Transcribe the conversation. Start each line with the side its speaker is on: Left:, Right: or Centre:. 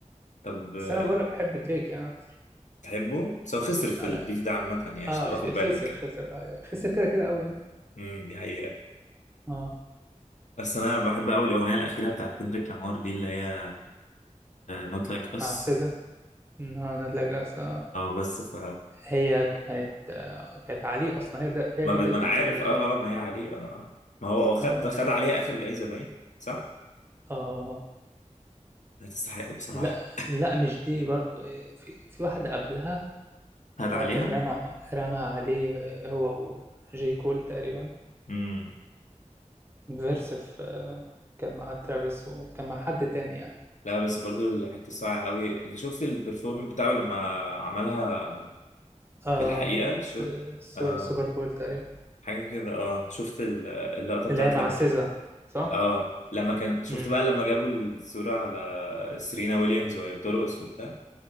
Left: طب آه،
Right: بس انا بقولك بحب دريك يعني اكتر
Left: تحبه؟ بس هو خسر في
Right: آه،
Left: البيف
Right: لا
Left: ده عامة يعني عشان
Right: اه
Left: تبقى
Right: خ-
Left: واخد
Right: خسر
Left: بالك
Right: خسر ايوه خسر كده كده قوي يعني
Left: امم دي حقيقة
Right: اه
Left: بس انا بحب قوي الاغنيه الاخيره بتاعت كندريك لامار دي اللي هي نوت لايك اس
Right: مع سيزا إن هو نازلة جاهزة
Left: بس ف
Right: هي كانت آه، كانت عليه اصلا هي بدا- هي
Left: ما,
Right: دي
Left: ب...
Right: بدايه
Left: ما انا
Right: البيف
Left: عارف
Right: تقريبا
Left: اه اه ما هي عليه اه آه. ما هو هو خد
Right: اه
Left: خد عليها اخر جايزه باين صح؟
Right: اه
Left: لا تستحق بصراحه
Right: لا لا مش دي برضو آه، في في واحده قبلها
Left: خد عليها
Right: هو كان رمى رمى عليه آه، هو وجي كول تقريبا
Left: امم
Right: فيرس في آه، كان مع ترافيس وكان مع حد تاني يعني
Left: لا بس برضو الحته الصعبه قوي انت شفت البرفورم بتاعه لما عملها
Right: اه
Left: في الحقيقه
Right: في الس-
Left: شو
Right: السو-
Left: اه
Right: السوبر بول تقريبا
Left: حاجه كده اه شفت ال- اللقطه بتاعت
Right: اللي هي مع
Left: لما
Right: سيزا صح؟
Left: اه لما كان شفت
Right: امم
Left: بقى لما جابوا الصوره على سيرينا ويليامز وهي بترقص وبتاع